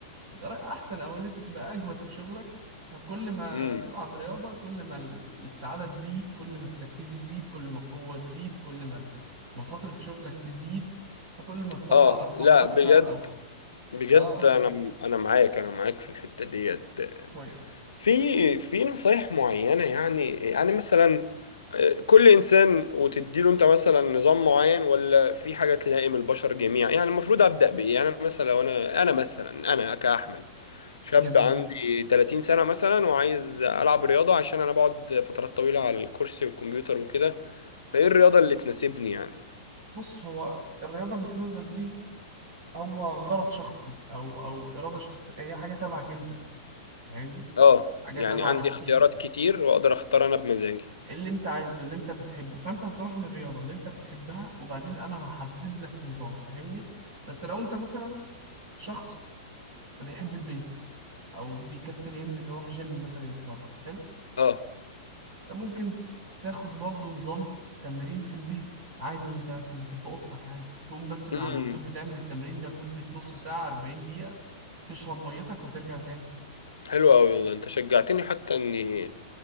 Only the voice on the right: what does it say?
بطريقه احسن او ان انت تبقى اجود في شغلك فكل ما
تلعب رياضه كل ما ال- السعاده تزيد كل ما التركيز يزيد كل ما القوه تزيد كل ما ال- ما فتره شغلك تزيد فكل ما تطلع
ارباح
اكتر
او
اه قول
لي
كويس
جميل
بص هو الرياضه اللي تناسبك دي هو غرض شخصي او او اراده شخصيه هي حاجه تبعك انت فاهمني
حاجه
تبع
نفسيتك
اللي انت عايزه اللي انت بتحبه فانت هتروح للرياضه اللي انت بتحبها وبعدين انا هحدد لك نظام فاهمني بس لو انت مثلا شخص بيحب البيت او بيكسل ينزل يروح جيم مثلا يتمرن حلو
انت ممكن ت- تاخد برضو نظام تمرين في البيت عادي وانت قاعد في مكان في اوضتك عادي تقوم بس من
على اللابتوب بتعمل التمرين ده لمدة نص ساعة 40 دقيقة تشرب ميتك وترجع تاني